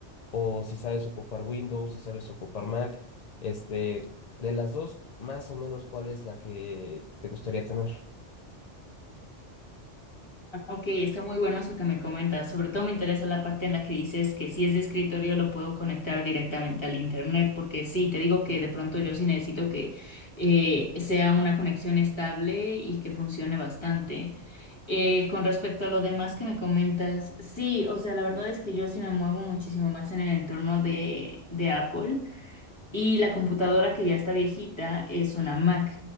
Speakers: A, on the left; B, on the left.
A: o si sabes ocupar Windows, si sabes ocupar Mac. Este, de las dos, más o menos, ¿cuál es la que te gustaría tener?
B: Ok, está muy bueno eso que me comentas. Sobre todo me interesa la parte en la que dices que si es de escritorio lo puedo conectar directamente al internet, porque sí, te digo que de pronto yo sí necesito que eh, sea una conexión estable y que funcione bastante. Eh, con respecto a lo demás que me comentas, sí, o sea, la verdad es que yo sí me muevo muchísimo más en el entorno de, de Apple. Y la computadora que ya está viejita es una Mac,